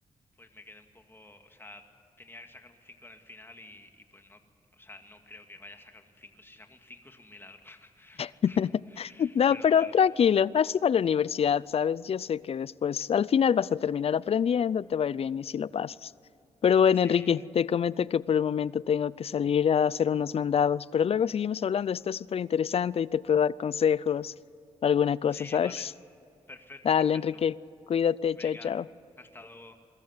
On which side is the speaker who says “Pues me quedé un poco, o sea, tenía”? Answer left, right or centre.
Left